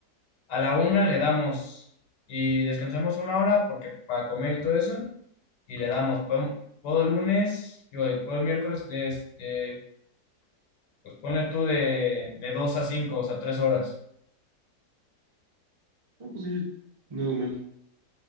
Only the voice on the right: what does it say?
Ah, pues sí, nada mal.